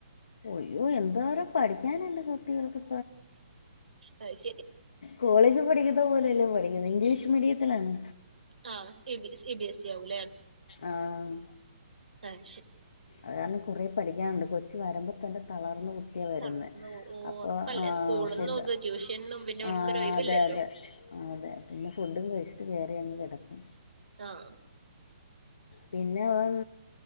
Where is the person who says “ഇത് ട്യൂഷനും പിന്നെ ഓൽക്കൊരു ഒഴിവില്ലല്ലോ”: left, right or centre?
Right